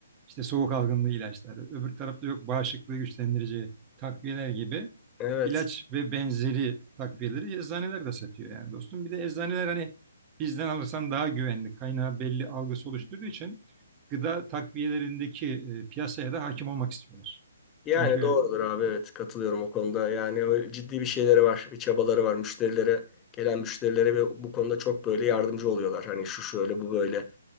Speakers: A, on the right; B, on the left.
A: işte soğuk algınlığı ilaçları, öbür tarafta yok bağışıklığı güçlendirici takviyeler gibi
B: Evet.
A: ilaç ve benzeri takviyeleri eczaneler de satıyor yani dostum. Bir de eczaneler hani bizden alırsan daha güvenli, kaynağı belli algısı oluşturduğu için gıda takviyelerindeki e, piyasaya da hakim olmak istiyorlar.
B: Yani
A: Çünkü
B: doğrudur abi evet katılıyorum o konuda. Yani öyle ciddi bir şeyleri var, bir çabaları var. Müşterilere, gelen müşterilere ve bu konuda çok böyle yardımcı oluyorlar. Hani şu şöyle bu böyle